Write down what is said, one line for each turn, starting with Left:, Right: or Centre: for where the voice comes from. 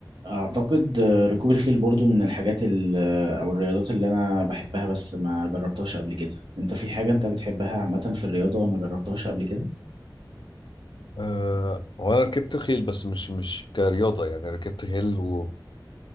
Right: اعتقد آه، ركوب الخيل برضو من الحاجات ال- آه، او الرياضات اللي انا بحبها بس ما جربتهاش قبل كده انت في حاجة انت بتحبها عامة في الرياضة ما جربتهاش قبل كده
Left: أه هو انا ركبت خيل بس مش مش كرياضه يعني ركبت خيل وكان